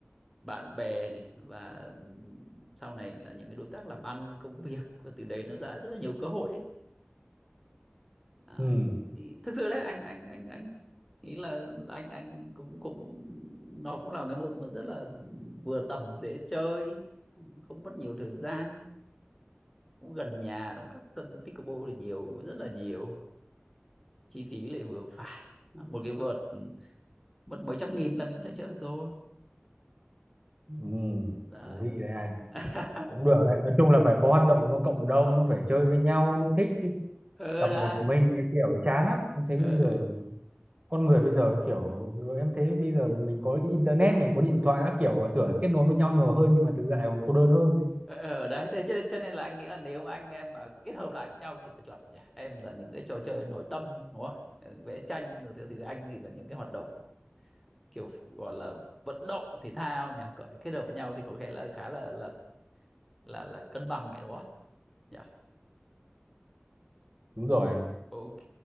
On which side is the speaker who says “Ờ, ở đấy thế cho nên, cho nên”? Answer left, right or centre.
Centre